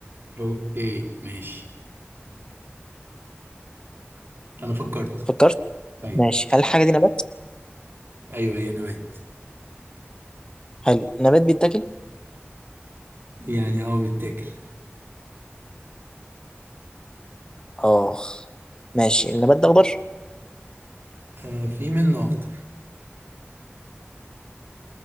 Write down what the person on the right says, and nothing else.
اوكي ماشي انا فكرت
طيب
ايوه هي نبات
يعني اه بيتاكل
آه في منه اخضر